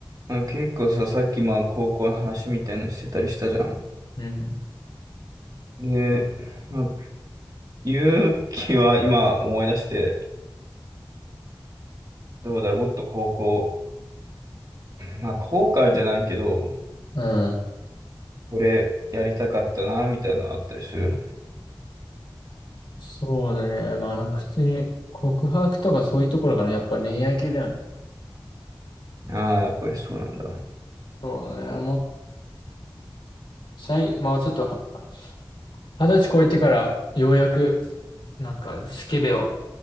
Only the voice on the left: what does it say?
うん。
うん。
そうだね。まあ、なんか普通に告白とかそういうところかな。やっぱ恋愛系だよね。
そうだね。もう、最、まあちょっとは、二十歳超えてからようやく、なんかスケベを、